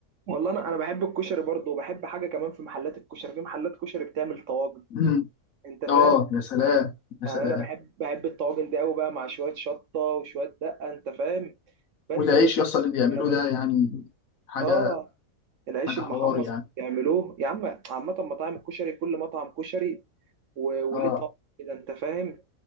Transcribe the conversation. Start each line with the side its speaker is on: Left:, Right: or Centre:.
Right: والله انا انا بحب الكشري برضه وبحب حاجه كمان في محلات الكشري في محلات كشري بتعمل طواجن
Left: امم
Right: انت فاهم
Left: اه يا سلام يا
Right: يعني
Left: سلام
Right: انا بحب بحب الطواجن دي قوي بقى مع شويه شطه وشويه دقه انت فاهم بنسى
Left: والعيش يصل
Right: الدنيا
Left: اللي بيعمله ده
Right: بقى
Left: يعني حاجه
Right: اه العيش
Left: حاجه
Right: المحمص
Left: حوار يعني
Right: يعملوه يا عم عامه مطاعم الكشري كل مطعم كشري و- وليه
Left: اه
Right: طعم كده انت فاهم